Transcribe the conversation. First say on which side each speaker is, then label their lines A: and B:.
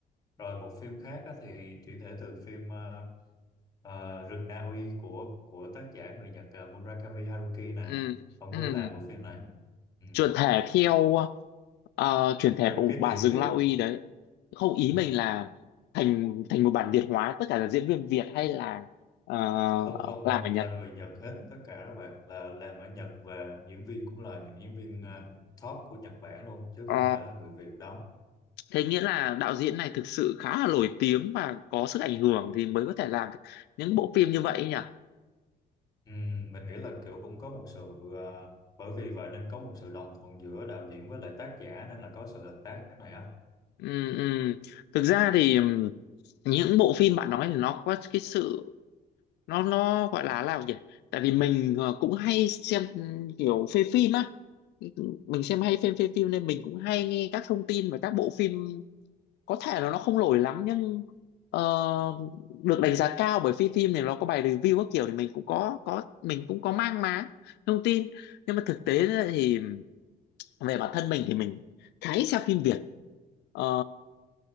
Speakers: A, on the left; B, on the left.
A: rồi một phim khác á, thì chuyển thể từ phim ờ, ờ, Rừng Na Uy của của tác giả người Nhật ờ, Murakami Haruki nè
B: ừ
A: ông
B: ừ
A: cũng làm bộ phim này ừ.
B: chuyển thể theo ờ, chuyển thể
A: theo
B: bộ
A: cái
B: bản
A: tiểu
B: rừng
A: thuyết
B: La Uy đấy không ý
A: ừ.
B: mình là thành thành một bản Việt hóa tất cả là diễn viên Việt hay là ờ,
A: không không
B: làm
A: không
B: ở Nhật
A: là người Nhật hết tất cả các bạn là làm ở Nhật và diễn viên cũng là những diễn viên à, top của Nhật Bản luôn chứ
B: Ờ,
A: không phải là người Việt đó
B: thế nghĩa là đạo diễn này thực sự khá là nổi tiếng và có sức ảnh hưởng thì mới có thể làm được những bộ phim như vậy ấy nhỉ
A: Ừm, mình nghĩ là kiểu cũng có một sự à, bởi vì vậy nên có một sự đồng thuận giữa đạo diễn với lại tác giả nên là có sự hợp tác này á
B: ừ, ừ. thực ra thì ừm, những bộ phim bạn nói thì nó có cái sự nó nó gọi là là gì tại vì mình ờ, cũng hay xem ừ, kiểu phê phim á mình xem hay phim phê phim nên mình cũng hay nghe các thông tin về các bộ phim có thể là nó không nổi lắm nhưng ờ, được đánh giá cao bởi phim phim này nó có bài review các kiểu thì mình cũng có có mình cũng có mang má thông tin nhưng mà thực tế ra thì về bản thân mình thì mình khá ít xem phim Việt Ờ,